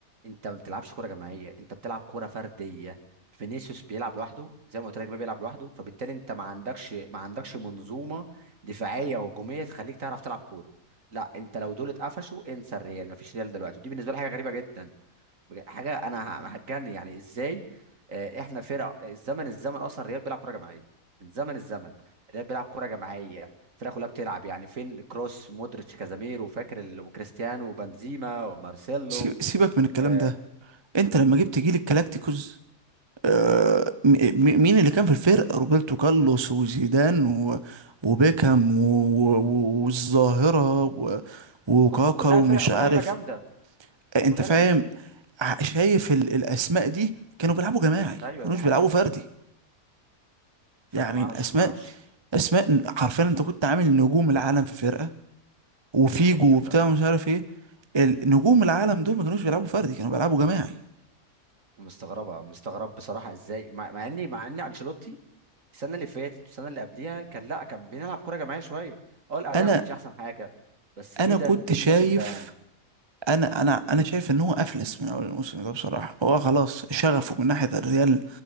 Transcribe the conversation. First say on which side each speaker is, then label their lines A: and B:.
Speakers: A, on the right; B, on the right.
A: انت ما بتلعبش كورة جماعية انت بتلعب كورة فردية فينيسيوس بيلعب لوحده زي ما قلت لك ما بيلعب لوحده فبالتالي انت ما عندكش ما عندكش منظومة دفاعية وهجومية تخليك تعرف تلعب كورة لا انت لو دول اتقفشوا انسى الريال ما فيش ريال دلوقتي ودي بالنسبة لي حاجة غريبة جدا بج- حاجه انا ه- هتجنن يعني ازاي آه، احنا فرق الزمن الزمن اصلا الريال بيلعب كره جماعيه من زمن الزمن الريال بيلعب كره جماعيه الفرقه كلها بتلعب يعني فين كروس مودريتش كازاميرو فاكر ال- وكريستيانو وبنزيما ومارسيلو
B: سيب- سيبك من الكلام
A: آه،
B: ده انت لما جبت جيل الكلاكتيكوز آه، م- م- مين اللي كان في الفرقة روبرتو كارلوس وزيدان و- وبيكهام و- و- والظاهرة و- وكاكا
A: كل كلها
B: ومش
A: فرق كلها
B: عارف
A: لعيبه جامده
B: آه، انت
A: كلها
B: فاهم
A: لعيبه جامده
B: ع- شايف ال- الاسماء دي كانوا بيلعبوا جماعي
A: ايوه
B: ما كانوش
A: دي حقيقه
B: بيلعبوا فردي
A: فما
B: يعني
A: اعرفش
B: الاسماء
A: ما اعرفش
B: اسماء حرفيا انت كنت عامل نجوم العالم في فرقة وفيجو
A: دي حقيقه
B: وبتاع ومش عارف ايه ال- نجوم العالم دول ما كانوش بيلعبوا فردي كانوا بيلعبوا جماعي
A: مستغربه مستغرب بصراحه ازاي مع, مع اني مع ان انشيلوتي السنه اللي فاتت والسنه اللي قبليها كان لا كان بنلعب كوره جماعيه شويه اه الاداء
B: انا
A: ما كانش احسن حاجه بس
B: انا
A: ايه ده
B: كنت
A: ايه
B: شايف
A: الموسم ده يعني
B: انا انا انا شايف ان هو افلس من اول الموسم ده بصراحه هو خلاص شغفه من ناحيه الريال